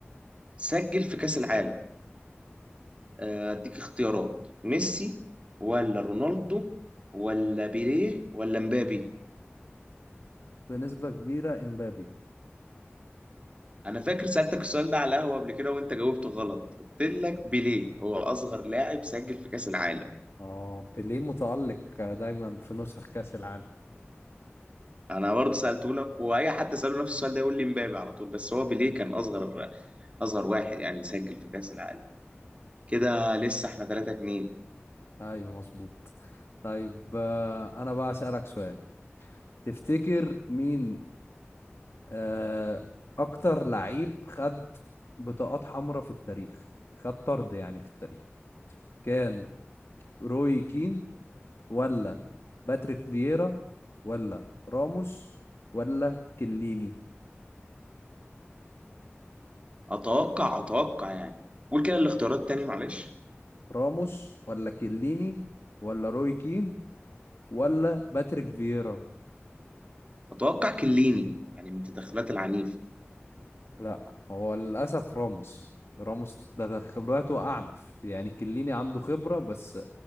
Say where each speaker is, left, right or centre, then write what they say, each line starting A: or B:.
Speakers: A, on the right; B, on the left.
A: سجل في كأس العالم آه، اديك اختيارات ميسي ولا رونالدو ولا بيليه ولا مبابي
B: بنسبة كبيرة امبابي
A: انا فاكر سألتك السؤال ده على القهوة قبل كده وانت جاوبته غلط قلت لك بيليه هو اصغر لاعب سجل في كأس العالم
B: اه بيليه متألق دايما في نسخ كأس العالم
A: انا برضه سألته لك واي حد سأله نفس السؤال ده يقول لي مبابي على طول بس هو بيليه كان اصغر اصغر واحد يعني سجل في كأس العالم كده لسه احنا 3 2
B: ايوه مظبوط طيب آه، انا بقى أسألك سؤال تفتكر مين آه، اكتر لعيب خد بطاقات حمراء في التاريخ خد طرد يعني في التاريخ كان روي كين ولا باتريك فييرا ولا راموس ولا كليني
A: اتوقع اتوقع يعني قول كده الاختيارات تاني معلش
B: راموس ولا كليني ولا روي كين ولا باتريك فييرا
A: اتوقع كليني يعني من تدخلات العنيف
B: لا هو للأسف راموس راموس تدخلاته أعنف يعني كليني عنده خبرة بس